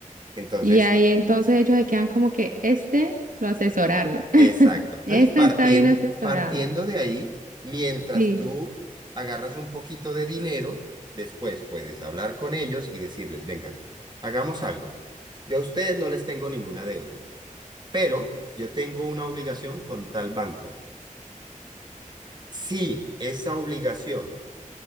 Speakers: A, on the right; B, on the right.
A: Entonces,
B: Y ahí entonces ellos se quedan como que este lo asesoraron. <laughs>
A: Exacto. Entonces,
B: Este
A: partien-
B: está bien asesorado.
A: partiendo de ahí, mientras
B: Sí.
A: tú agarras un poquito de dinero, después puedes hablar con ellos y decirles, venga, hagamos algo. Yo a ustedes no les tengo ninguna deuda, pero yo tengo una obligación con tal banco. Si esa obligación,